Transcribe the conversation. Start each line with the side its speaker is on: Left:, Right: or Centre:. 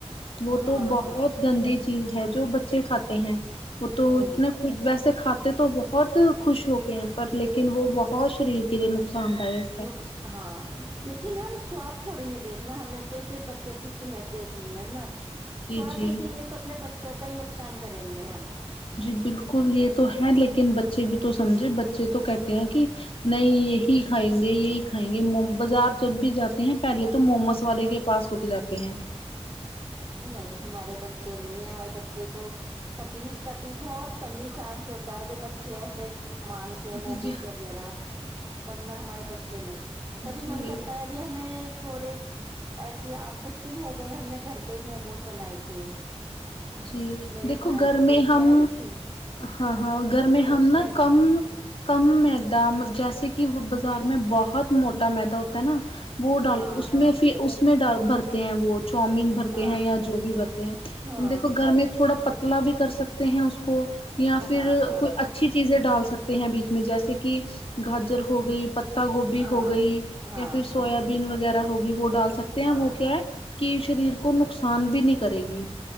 Left: وہ
Right: ہاں
Left: تو بہت
Right: ہاں
Left: گندی چیز ہے جو بچے کھاتے ہیں وہ تو
Right: ہوں
Left: اتنے ویسے کھاتے تو بہت خوش ہو کے ہیں پر لیکن وہ بہت شریر کے لیے نقصان داک
Right: نقصان ہاں لیکن ہم سواد تھوڑی نہیں دیکھنا ہمیں تو صرف بچوں کی صحت دیکھنی ہے نا
Left: جی
Right: سواد
Left: جی
Right: دیکھیں گے تو اپنے بچوں کا ہی نقصان کریں گے ہم
Left: جی بالکل یہ تو ہے لیکن بچے بھی تو سمجھے بچے تو کہتے ہیں کہ نہیں یہی کھائیں گے یہی کھائیں گے بازار جب بھی جاتے ہیں پہلے تو مومس والے کے پاس رک جاتے ہیں
Right: نہیں ہمارے بچے نہیں ہے ہمارے بچے تو کبھی کبھی بہت کم ہی چانس ہوتا ہے جو بچے ایسے مانگ
Left: جی
Right: موموز
Left: جی
Right: وغیرہ بننا ہمارے بچے نہیں کبھی
Left: جی
Right: من کرتا ہے اب بھی ہمیں تھوڑے ایسے آٹھ دس دن ہو گئے ہم نے گھر پے موموز بنائے تھے
Left: جی
Right: میرے
Left: دیکھو
Right: بھائی
Left: گھر
Right: کی
Left: میں
Right: بیٹی
Left: ہم
Right: آئی تھی
Left: ہاں ہاں گھر میں ہم
Right: اس
Left: نا
Right: نے بنائی
Left: کم
Right: تھی
Left: کم میدا جیسے کہ وہ بازار میں بہت موٹا میدا ہوتا ہے نا وہ ڈال
Right: ہاں
Left: اس
Right: ہاں
Left: میں سے اس میں ڈال بھرتے ہیں وہ چاؤمین بھرتے
Right: ہاں
Left: ہیں یا جو بھی بھرتے ہیں
Right: ہاں
Left: ہم دیکھو گھر میں تھوڑا پتلا بھی کر سکتے ہیں اس کو یا
Right: ہاں
Left: پھر
Right: ہاں
Left: کوئی اھا اچھی چیزیں ڈال سکتے ہیں بیچ میں جیسے کہ گاجر ہو گئی پتا گوبھی
Right: ہاں
Left: ہو گئی یا پھر
Right: ہاں ہاں
Left: سویابین وغ غیرہ ہوگی وہ ڈال سکتے ہیں
Right: ہاں
Left: وہ کیا ہے کہ شریر کو نقصان بھی نہیں کرے گی